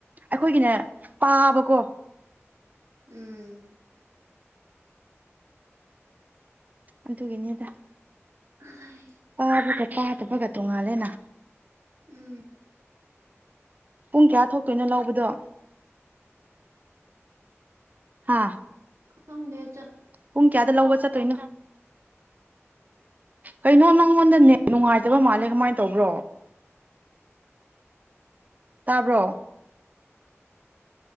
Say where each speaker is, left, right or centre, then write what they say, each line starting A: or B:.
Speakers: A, on the right; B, on the right.
A: ꯑꯩꯈꯣꯏꯒꯤꯅ ꯄꯥꯕꯀꯣ
B: ꯎꯝ
A: ꯑꯗꯨꯒꯤꯅꯤꯗ
B: ꯑꯥꯏ
A: ꯄꯥꯕꯒ ꯄꯥꯗꯕꯒ ꯇꯣꯡꯉꯥꯜꯂꯦꯅ
B: ꯎꯝ
A: ꯄꯨꯡ ꯀꯌꯥ ꯊꯣꯛꯇꯣꯏꯅꯣ ꯂꯧꯕꯗꯣ ꯍꯥꯥ
B: ꯈꯪꯗꯦ ꯆꯠ
A: ꯄꯨꯡ ꯀꯌꯥꯗ ꯂꯧꯕ ꯆꯠꯇꯣꯏꯅꯣ ꯀꯩꯅꯣ ꯅꯪꯉꯣꯟꯗ ꯅꯦꯠ ꯅꯨꯡꯉꯥꯏꯇꯕ ꯃꯥꯜꯂꯦ ꯀꯃꯥꯏꯅ ꯇꯧꯕ꯭ꯔꯣ ꯇꯥꯕ꯭ꯔꯣ?